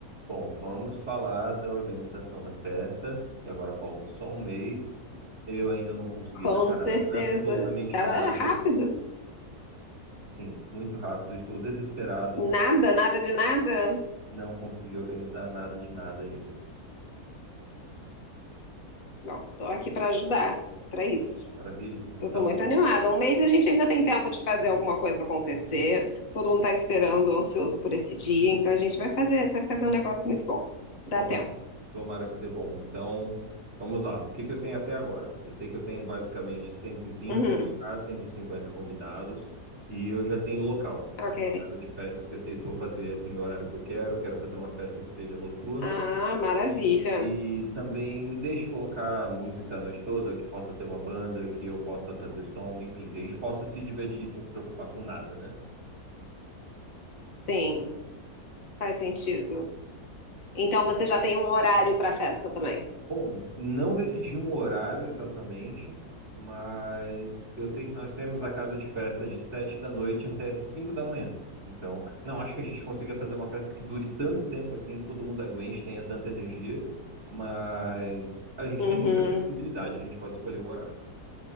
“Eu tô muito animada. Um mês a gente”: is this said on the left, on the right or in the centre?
Left